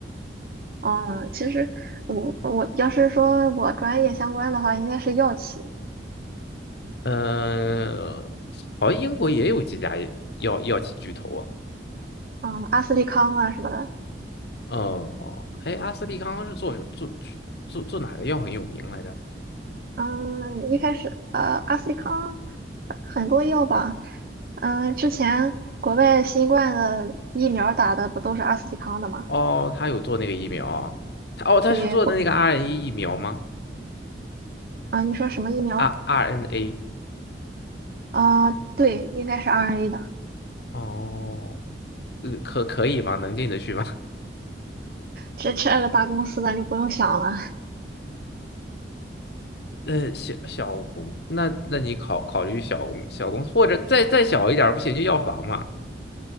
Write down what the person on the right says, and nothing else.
嗯，其实我我要是说我专业相关的话，应该是药企，
嗯，阿斯利康啊什么的。
嗯，一开始呃，阿斯利康呃很多药吧，嗯，之前国外新冠的疫苗打的不都是阿斯利康的吗？
对，国
啊，你说什么疫苗？
啊，对，应该是 RNA 的，
这这个大公司咱就不用想了。